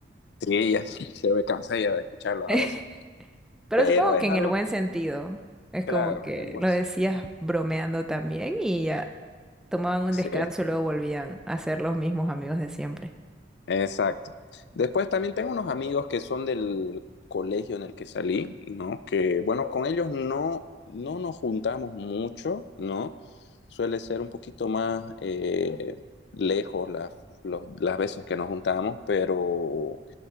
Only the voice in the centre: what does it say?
<laughs>
Pero
supongo
que en
el buen sentido. Es
como que
lo decías bromeando también y ya tomaban un
descanso y luego volvían a ser los mismos amigos de siempre.